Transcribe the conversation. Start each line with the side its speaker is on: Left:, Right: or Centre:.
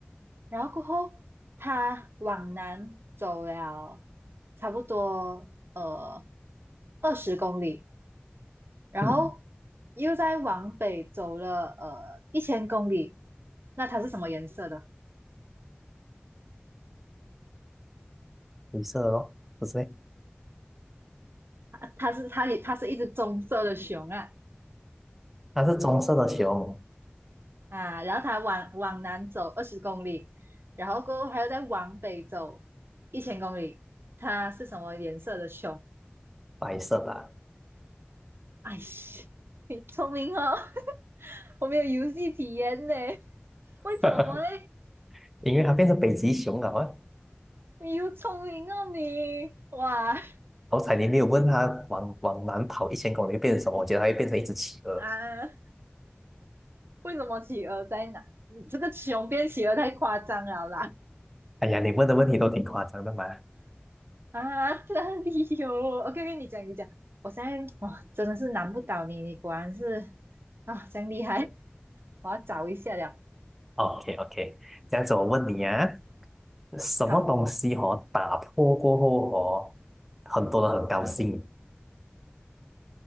Right: 然后过后他往南走了差不多呃二十公里，然后
Centre: 嗯，
Right: 又再往北走了呃一千公里。那它是什么颜色的？
Centre: 灰色咯，不是咩
Right: 它它是它也它是一只棕色的熊啊
Centre: 它是棕色的熊，
Right: 啊！然后它往往南走二十公里，然后过后还要再往北走一千公里。它是什么颜色的熊？
Centre: 白色的
Right: 哎是，你聪明哦，<laughs> 我没有游戏体验呢，为什么呢？
Centre: 啊 <laughs> 因为它变成北极熊了啊。
Right: 你又聪明哦你，哇
Centre: 好彩你没有问它往往南跑一千公里会变成什么，我觉得它会变成一只企鹅。
Right: 啊，为什么企鹅在哪？你这个熊变企鹅太夸张了啦！
Centre: 哎呀，你问的问题都挺夸张的嘛。
Right: 啊，哪里有我 k o 跟你讲你讲，我现在哇真的是难不倒你，你果然是啊，真厉害！我要找一下了。
Centre: OK OK，这样子我问你啊，什么东西哦打破过后哦，
Right: 好，
Centre: 很多人很高兴，